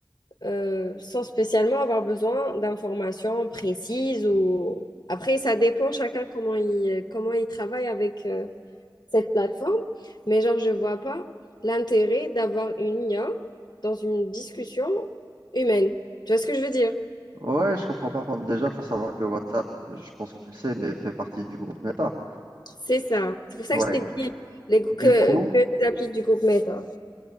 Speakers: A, on the left; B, on the right.
A: euh, sans spécialement avoir besoin d'informations précises ou... Après, ça dépend chacun comment il, comment il travaille avec euh, cette plateforme, mais genre, je vois pas l'intérêt d'avoir une IA dans une discussion humaine. Tu vois ce que je veux dire?
B: Ouais, je comprends pas. Enfin, déjà, faut savoir que WhatsApp, je pense que tu le sais, mais fait partie du groupe Meta.
A: C'est ça. C'est pour ça
B: Ouais.
A: que je t'ai dit les, que,
B: Du coup,
A: que les applis du groupe Meta.